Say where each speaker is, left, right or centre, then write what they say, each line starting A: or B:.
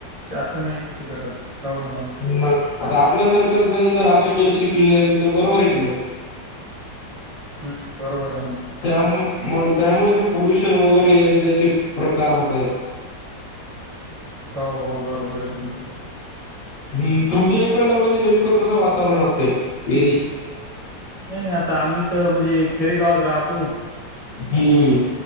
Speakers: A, on the right; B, on the left.
A: शासन तरी किती करल? होन होन
B: मंग आता आपल्यासारखं जर असं केलं शिकलेल्यांनी, तर बरोबर आहे की नाही?
A: हम्म, बरोबर आहे ना.
B: त्या-त्यामुळे पोल्युशन वगैरे याचे त्याचे प्रकार होत आहेत.
A: हो हो, बरोंबरं आहे तुमचं.
B: हम्म, तुमच्या इकडलं म्हणजे नेमकं कसं वातावरण असते एरी?
A: नाही, आता आम्ही तर म्हणजे खेडेगावात राहतो
B: हम्म.